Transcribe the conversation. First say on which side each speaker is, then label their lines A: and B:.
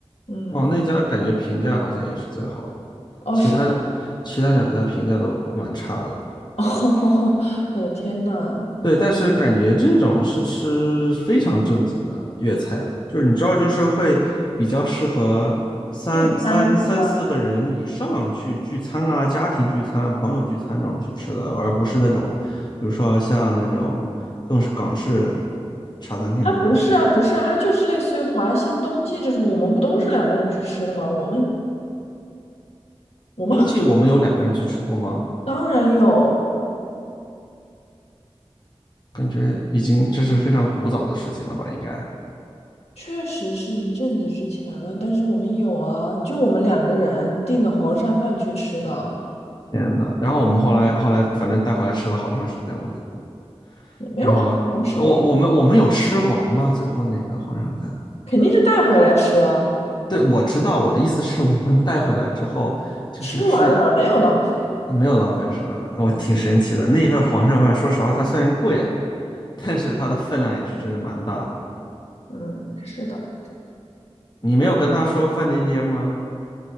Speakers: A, on the left; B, on the left.
A: 嗯，
B: 哦，那家感觉评价好像也是最好的，
A: 哦，
B: 其他
A: 是吗？
B: 其他两家评价都蛮差的。
A: <laughs> 哦，我的天呐，
B: 对，但是感觉这种是吃非常正经的粤菜的，就是你知道，就是会比较适合三三三四个人以上去聚餐啊，
A: 聚餐是吧？
B: 家庭聚餐、朋友聚餐这种去吃的，而不是那种，比如说像那种更是港式茶餐厅的那种。
A: 它不是啊，不是啊，它就是类似于华兴冬季这种，我们不都是两个人去吃的吗？我们我们很
B: 冬季我们有两个人去吃过吗？
A: 当然有，
B: 感觉已经这是非常古早的事情了吧？应该，
A: 确实是一阵子之前了，但是我们有啊，就我们两个人订的黄鳝饭去吃的，
B: 天呐，然后我们后来后来反正带回来吃了好长时间，我记得。
A: 也没有好长时间吧，
B: 然后呃我我们我们有吃完吗？最后那个黄鳝饭？
A: 肯定是带回来吃啊。
B: 对，我知道，我的意思是我们带回来之后，就是是
A: 吃完了，没有浪费。
B: 没有浪费是吧？我挺神奇的，
A: 嗯，
B: 那一份黄鳝饭，说实话它虽然贵啊，但是它的分量也是真的蛮大的。
A: 嗯，是的，
B: 你没有跟他说范颠颠吗？